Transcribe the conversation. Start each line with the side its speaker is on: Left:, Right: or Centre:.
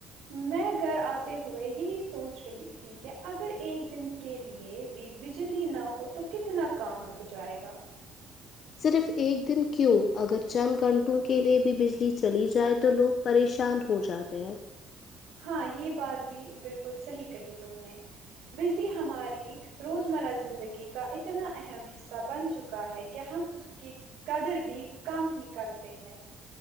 Right: میں گھر آتے ہوئے یہی سوچ رہی تھی کہ اگر ایک دن کے لیے بھی بجلی نہ ہو تو کتنا کام رک جائے گا
Left: صرف ایک دن کیوں اگر چند گھنٹوں کے لیے بھی بجلی چلی جائے تو لوگ پریشان ہو جاتے ہیں
Right: ہاں یہ بات بھی بالکل صحیح کہی تم نے بجلی ہماری روزمرہ زندگی کا اتنا اہم ح صہ بن چکا ہے کہ ہم اس کی قدر بھی کم ہی کرتے ہیں